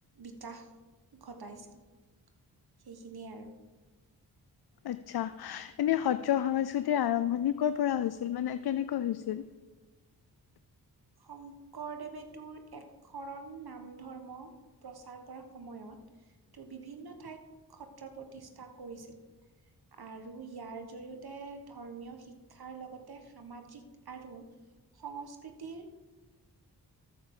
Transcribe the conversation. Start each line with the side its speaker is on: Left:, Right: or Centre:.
Right: বিকাশ ঘট টাইছিল সেইখিনিয়ে আৰু।
Left: আচ্ছা। এনে সত্ৰ-সংস্কৃতিৰ আৰম্ভণি ক'ৰ পৰা হৈছিল মানে কেনেকৈ হৈছিল?
Right: শংকৰদেৱে তোৰ একশৰণ নাম ধৰ্ম প্ৰচাৰ কৰা সময়ত তোৰ বিভিন্ন ঠাইত সত্ৰ প্ৰতিষ্ঠা কৰিছিল। আৰু ইয়াৰ জৰিয়তে ধৰ্মীয় শিক্ষাৰ লগতে সামাজিক আৰু সংস্কৃতিৰ